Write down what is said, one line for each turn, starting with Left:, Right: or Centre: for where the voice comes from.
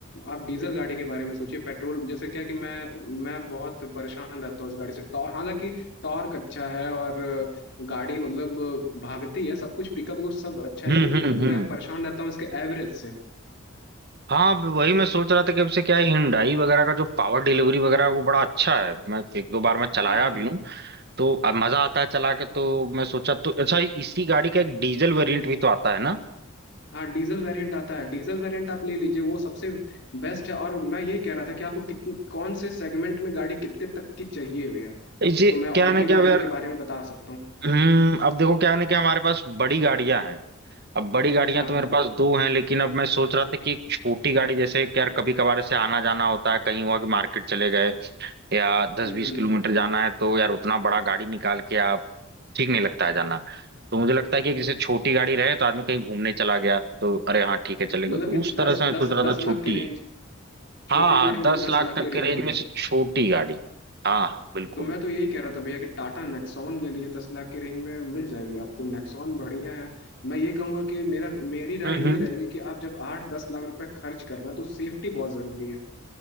Left: आप डीजल गाड़ी के बारे में सोचिए पेट्रोल जैसे क्या कि मैं मैं बहुत परेशान रहता हूँ उस गाड़ी से टॉर हालांकि टॉर्क अच्छा है और अ, गाड़ी मतलब अ, भागती है सब कुछ पिकअप को सब अच्छा है
Right: हम्म
Left: लेकिन
Right: हम्म हम्म
Left: मैं परेशान रहता हूँ इसके एवरेज से
Right: हाँ अब वही मैं सोच रहा था कि अब से क्या है हिंडाई वगैरह का जो पावर डिलीवरी वगैरह है, वो बड़ा अच्छा है मैं एक दो बार मैं चलाया
Left: हाँ हाँ
Right: भी
Left: हाँ
Right: हूँ तो अब मजा आता है चला के तो मैं सोचा तो अच्छा इसी गाड़ी का एक डीजल वेरिएंट भी तो आता है ना
Left: हाँ डीजल वेरिएंट आता है डीजल वेरिएंट आप ले लीजिए वो सबसे बेस्ट है और मैं ये कह रहा था कि आपको कितन, कौन से सेगमेंट में गाड़ी कितने तक की चाहिए भैया
Right: इसे
Left: तो मैं और
Right: क्या है ना
Left: भी
Right: क्या
Left: गाड़ियों
Right: यार
Left: के बारे में बता सकता हूँ
Right: हम्म अब देखो क्या है ना कि हमारे पास बड़ी गाड़ियां हैं अब बड़ी गाड़ियां
Left: हाँ
Right: तो मेरे
Left: हाँ
Right: पास दो हैं लेकिन अब मैं सोच रहा था कि एक छोटी गाड़ी जैसे कि यार कभी कभार ऐसे आना जाना होता है कहीं हुआ कि मार्केट चले गए या दस
Left: हम्म
Right: बीस किलोमीटर जाना है तो यार उतना बड़ा गाड़ी निकाल के आप ठीक नहीं लगता है जाना तो मुझे लगता है कि जैसे छोटी गाड़ी रहे तो आदमी कहीं घूमने चला गया तो अरे हाँ ठीक है चलेगा
Left: मतलब
Right: तो
Left: कि
Right: उस तरह
Left: दस
Right: से मैं सोच
Left: दस
Right: रहा
Left: दस
Right: था छोटी
Left: लाख के रेंज छोटी
Right: हाँ हाँ
Left: गाड़ी मतलब
Right: दस
Left: दस
Right: लाख
Left: लाख
Right: तक
Left: के रेंज
Right: के रेंज
Left: में
Right: में
Left: आपको
Right: से छोटी गाड़ी हाँ बिल्कुल
Left: तो मैं तो यही कह रहा था भैया कि टाटा नेक्सॉन ले लीजिए दस लाख के रेंज में मिल जाएगी आपको नेक्सॉन बढ़िया है मैं ये कहूंगा कि मेरा मेरी राय
Right: हम्म हम्म।
Left: ये रहेगी कि आप जब आठ दस लाख रुपए खर्च कर रहे हैं तो सेफ्टी बहुत जरूरी है